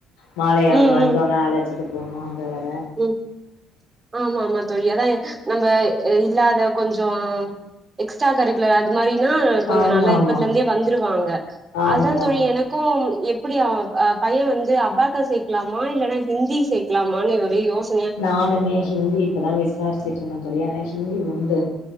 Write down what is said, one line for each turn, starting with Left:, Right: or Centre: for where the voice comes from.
Left: மாலை அவர்
Right: ம்
Left: வந்தோனே
Right: ம்
Left: அழைச்சிட்டு போணு அங்க வேற
Right: ம் ஆமா ஆமா தோழி அதா நம்ம இல்லாத கொஞ்சோ எக்ஸ்ட்ரா கரிக்குலர் அது மாரி ம் கொஞ்சோ
Left: ஆமா
Right: நல்லா
Left: ஆமா
Right: இப்பதுல இருந்தே வந்துருவாங்க
Left: ஆமா
Right: அதுதா தோழி எனக் க்கு எப்டி பையன வந்து அபாக்கஸ் சேக்கலாமா இல்லன்னா ஹிந்தி சேக்கலாமான் ஐயயோ ஸ்
Left: நானுமே ஹிந்தி இப்பதா விசாரிச்சுட்டு இருந்தே தோழி ஏன்னா ஹிந்தி உண்டு